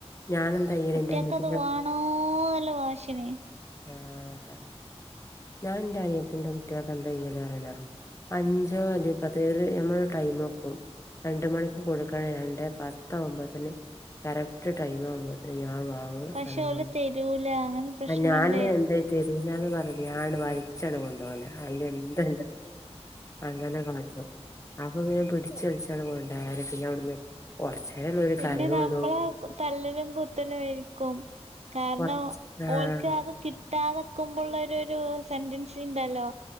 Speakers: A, on the left (about 25°); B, on the right (about 75°).
A: ഞാനെന്താ ചെയ്യല്
B: കുട്ടിയേക്കത്
A: ഇന്റെ അനിയത്തിന്റെ
B: വാണോന്ന്ള്ള വാശ്യാണ്.
A: ആ അതാണ്. ഞാൻ ഇൻ്റെ അനിയത്തിൻ്റെ കുട്യേക്ക് എന്താ ചിയ യ്യാറ്യണോ അഞ്ചോ അല്ലെ പത് ഒര ഞമ്മള് ഒരു ടൈം വെക്കും. രണ്ടുമണിക്ക് കൊട്ക്കണെ രണ്ടേ ആവുമ്പോത്ത്ന് കറക്റ്റ് ടൈമാവാമ്പോത്ത്ന് ഞാൻ വാ <unintelligible>
B: പക്ഷെ ഓല് തരൂല അങ്ങനെ പ്രശ്നണ്ട്
A: ഞാൻ എന്താ തരൂലാന്ന് പറഞ്ഞ്ട്ട് ഞാനാേ വൽച്ചാണ്ട് കൊണ്ടാേവലാ അയ്നെന്ത് അങ്ങനെ കളച്ചു അപ്പൊ പിന്നെ പിട് ച്ച്ൾച്ചാണ് കൊണ്ടേയത് പിന്നെ അവിടുന്ന് കൊർച്ചേരേയുള്ളൂ
B: പിന്നെ
A: കരയാെള്ളൂ
B: നമ്മളെ
A: <unintelligible>
B: തല്ലലും കുത്തലും ആയിരിക്കും കാരണം
A: കൊറച്ച് ആഹ്
B: ഓൽക്കത് കി ട്ടാത്ക്ക്മ്പള്ളാെരുരു സെന്റൻസിണ്ടല്ലോ